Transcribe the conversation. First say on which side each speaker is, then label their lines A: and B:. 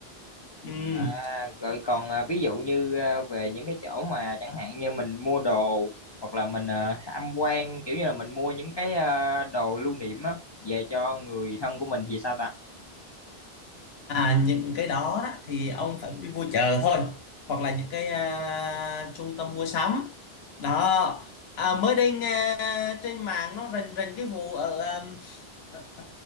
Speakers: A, on the left; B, on the left.
A: ừ
B: À, rồi còn à, ví dụ như à, về những cái chỗ mà chẳng hạn như mình mua đồ hoặc là mình à, tham quan kiểu như là mình mua những cái à, đồ lưu niệm á về cho người thân của mình thì sao ta?
A: À, những cái đó á, thì ông phải đi mua chợ thôi hoặc là những cái à, trung tâm mua sắm đó à, mới đây nghe trên mạng nó rình rình cái vụ ở um, ở,